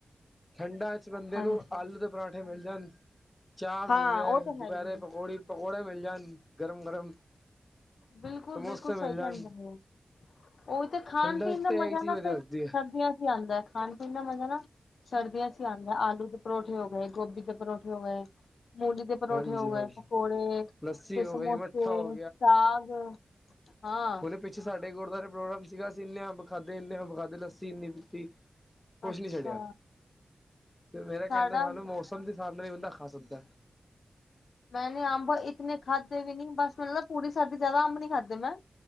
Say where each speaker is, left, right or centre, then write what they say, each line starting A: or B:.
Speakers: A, on the left; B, on the left.
A: ਠੰਡਾਂ ਚ ਬੰਦੇ
B: ਹਾਂਜੀ
A: ਨੂੰ ਆਲੂ ਦੇ ਪਰਾਂਠੇ ਮਿਲ ਜਾਣ ਚਾਹ ਮਿਲ
B: ਹਾਂ
A: ਜਾਏ,
B: ਉਹ ਤਾਂ ਹੈ
A: ਦੁਪਹਿਰੇ
B: ਹੀ ਹੈ।
A: ਪਕੌੜੀ ਪਕੌੜੇ ਮਿਲ ਜਾਣ ਗਰਮ- ਗਰਮ
B: ਬਿਲਕੁਲ,
A: ਸਮੋਸੇ
B: ਬਿਲਕੁਲ ਸਹੀ
A: ਮਿਲ ਜਾਣ
B: ਕਹਿੰਦੇ ਪਏ ਔ ਉਹ ਤੇ ਖਾਣ
A: ਠੰਡਾ
B: ਪੀਣ
A: ਚ
B: ਦਾ
A: ਤਾਂ
B: ਮਜ਼ਾ
A: ਇਹੀ ਚੀਜ਼
B: ਨਾ
A: ਵਧੀਆ
B: ਫੇਰ
A: ਲੱਗਦੀ
B: ਸਰ
A: ਹੈ
B: ਦੀਆਂ ਚ ਈ ਆਂਦਾ ਖਾਣ ਪੀਣ ਦਾ ਮਜ਼ਾ ਨਾ ਸਰਦੀਆਂ ਚ ਈ ਆਂਦਾ ਆਲੂ ਦੇ ਪਰੌਠੇ ਹੋ ਗਏ, ਗੋਭੀ ਦੇ ਪਰੌਠੇ ਹੋ ਗਏ। ਮੂਲੀ ਦੇ ਪਰੌਠੇ
A: ਹਾਂਜੀ
B: ਹੋ ਗਏ,
A: ਹਾਂਜੀ
B: ਪਕੌੜੇ
A: ਲੱਸੀ
B: ਤੇ
A: ਹੋ
B: ਸਮੋਸੇ,
A: ਗਈ ਮੱਠਾ ਹੋ
B: ਸਾਗ ਹਾਂ
A: ਹੁਨੇ ਪਿੱਛੇ ਸਾਡੇ ਗੁਰਦੁਆਰੇ ਪ੍ਰੋਗਰਾਮ ਸੀਗਾ। ਅਸੀਂ ਇੰਨੇ ਅੰਬ ਖਾਧੇ ਇੰਨੇ ਅੰਬ ਖਾਦੇ ਲੱਸੀ ਇੰਨੀ ਪੀਤੀ। ਕੁਛ
B: ਅੱਛਾ।
A: ਨੀ ਛੱਡਿਆ ਤੇ ਮੇਰਾ ਕਹਣ
B: ਸਾਡਾ
A: ਦਾ ਸਾਬ ਨਾਲ ਮੌਸਮ ਦੇ ਹਿਸਾਬ ਨਾਲ ਈ ਬੰਦਾ ਖਾ ਸਕਦਾ।
B: ਮੈਂ ਨ ਅੰਬ ਇਤਨੇ ਖਾਧੇ ਵੀ ਨੀ ਬਸ ਮੈਨ ਲਗਦਾ ਪੂਰੀ ਸਰਦੀ ਜ਼ਿਆਦਾ ਅੰਬ ਨੀ ਖਾਦੇ ਮੈਂ।